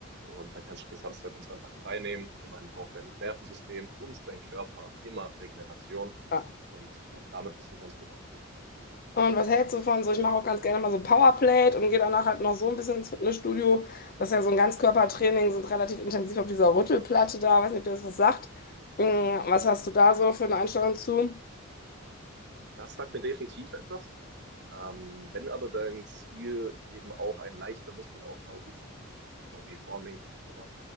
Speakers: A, on the right; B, on the left.
A: Und dann kannst du dir Samstag und Sonntag frei nehmen. Immerhin braucht dein Nervensystem und dein Körper immer Regeneration.
B: Ja.
A: Und ich glaube, damit bist du ganz gut aufgehoben.
B: Und was hältst du von so? Ich mache auch ganz gerne mal so Powerplate und gehe danach halt noch so ein bisschen ins Fitnessstudio. Das ist ja so ein Ganzkörpertraining, sind relativ intensiv auf dieser Rüttelplatte da. Weiß nicht, ob dir das was sagt. Mm, Was hast du da so für eine Einstellung zu?
A: Das sagt mir definitiv etwas. Ähm, wenn aber dein Ziel eben auch ein leichter Muskelaufbau ist, Bodyforming, wie auch immer,